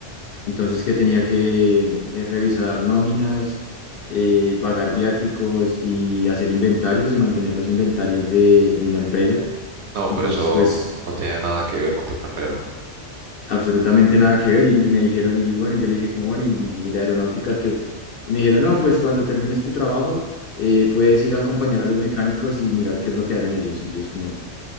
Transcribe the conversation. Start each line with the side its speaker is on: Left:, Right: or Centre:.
Left: entonces que tenía que eh, revisar nóminas, eh,
Right: Ujú.
Left: pagar viáticos y hacer inventarios y mantener los inventarios de, de la empresa.
Right: No,
Left: Entonces
Right: pero eso
Left: pues
Right: no tiene nada que ver con tu carrera.
Left: absolutamente nada que ver. Y, y me dijeron, y bueno, yo le dije como, bueno, y, y de aeronáutica que, y me dijeron, no, pues cuando termines tu trabajo, eh, puedes ir a acompañar a los mecánicos y mirar qué es lo que hacen ellos. Y yo es como,